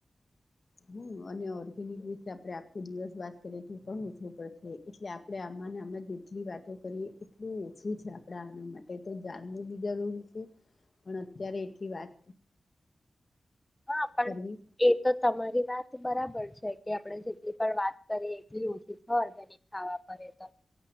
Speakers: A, on the left; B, on the left.
A: હમ અને ઓર્ગેનિક વિશે આપણે આખો દિવસ વાત કરીએ તો પણ ઓછો પડશે એટલે આપણે આમાં આમાં જેટલી વાતો કરીએ એટલું ઓછું છે આપણા આના માટે તો જાણવું બી જરૂરી છે પણ અત્યારે એટલી વાત
B: હા પણ
A: કરવી
B: એ તો તમારી વાત તે બરાબર છ કે આપણે જેટલી પણ વાત કરીએ <unintelligible> ઓર્ગેનિક ખાવા પડે તો,